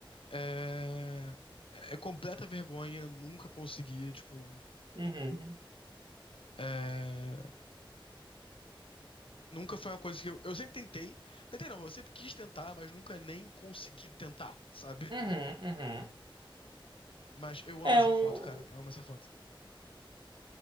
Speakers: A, on the left (about 75°); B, on the right (about 60°).
A: É, é completa vergonha, nunca consegui, tipo.
B: Uhum.
A: é, Nunca foi uma coisa que eu. Eu sempre tentei. Tentei não, eu sempre quis tentar, mas nunca nem consegui tentar, sabe? <laughs>
B: Uhum, uhum.
A: Mas eu amo
B: É,
A: essa
B: eu...
A: foto, cara. Eu amo essa foto.